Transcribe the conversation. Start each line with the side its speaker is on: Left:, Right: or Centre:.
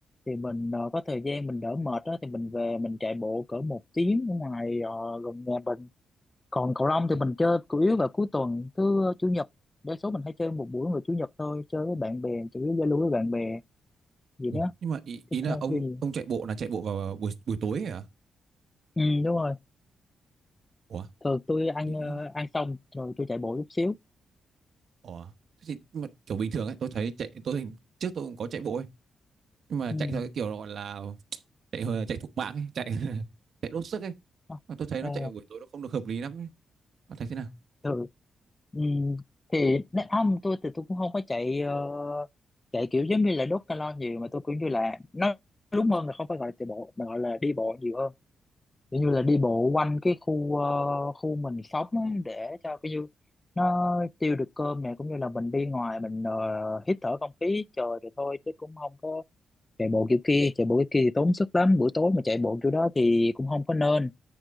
Left: thì mình ờ, có thời gian mình đỡ mệt đó thì mình về mình chạy bộ cỡ một tiếng ở ngoài ờ, gần nhà mình còn cầu lông thì
Right: Ủa,
Left: mình chơi chủ yếu vào cuối tuần thứ ờ, chủ nhật đa số mình hay chơi một buổi vào chủ nhật thôi chơi với bạn bè chủ yếu giao lưu với bạn bè gì
Right: ủa,
Left: đó
Right: Nhưng mà ý, ý
Left: chứ cũng
Right: là
Left: không
Right: ông
Left: có gì
Right: ông chạy bộ là chạy bộ vào buổi buổi tối ấy à?
Left: ừ đúng rồi
Right: Ủa?
Left: thường tôi ăn
Right: Ý-
Left: ờ, ăn xong rồi tôi chạy bộ chút xíu
Right: Ủa? Thế Thì, nhưng mà kiểu bình thường ấy, tôi thấy chạy tôi thì- trước tôi cũng có chạy bộ ấy, nhưng mà
Left: ừ
Right: chạy theo cái kiểu gọi là chạy hơi- chạy thục mạng ấy, chạy <laughs> chạy đốt sức ấy.
Left: Ờ,
Right: Mà tôi thấy
Left: ờ,
Right: nó chạy vào buổi tối nó không được hợp lý lắm ấy. Bạn thấy thế nào?
Left: thường ừ. thì nếu không tôi thì tôi cũng không có chạy ờ, chạy kiểu giống như là đốt calo nhiều mà tôi cũng như là nó đúng hơn là không phải gọi là chạy bộ mà gọi là đi bộ nhiều hơn kiểu như là đi bộ quanh cái khu ờ, khu mình sống á, để cho cái như nó tiêu được cơm này cũng như là mình đi ngoài mình ờ, hít thở không khí trời thì thôi chứ cũng không có chạy bộ kiểu kia chạy bộ kiểu kia thì tốn sức lắm buổi tối mà chạy bộ kiểu đó thì cũng không có nên